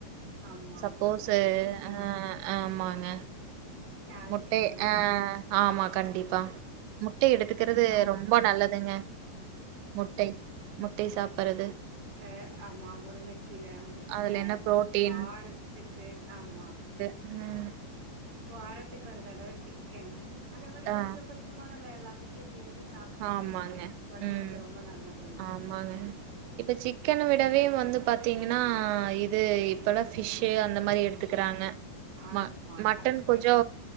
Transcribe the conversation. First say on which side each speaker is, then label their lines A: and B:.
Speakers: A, on the right (about 20°); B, on the right (about 90°).
A: ஆமா
B: சப்போஸ்சு
A: ஒரு புரோட்டீன்
B: அ ஆமாங்க
A: கால்சியம்
B: முட்டை அ ஆமா கண்டிப்பா முட்டை எடுத்துக்கிறது
A: நான்
B: ரொம்ப நல்லதுங்க முட்டை முட்டை சாப்பறது
A: ட்ட ஆமா முருங்கக்கீர முட்ட
B: அதுல என்ன புரோட்டீன்
A: வாரத்துக்கு ஆம்மா
B: உம்
A: வாரத்துக்கு ஒரு தட சிக்கன் அந்த மாரி
B: ஆ
A: கொஞ்ச கொஞ்சமா நம்ம எல்லாத்திமே சேத்து சாப்டோ
B: ஆமாங்க
A: அப்டினா ஒடம்புக்கு
B: ம்
A: ரொம்ப நல்லது
B: ஆமாங்க இப்ப சிக்கன விடவே வந்து பாத்தீங்னா இது இப்பலா ஃபிஷ்சு அந்த மாரி எடுத்துகிறாங்க
A: ஆமா
B: ம மட்டன்
A: கரெக்ட்
B: கொஞ்சோ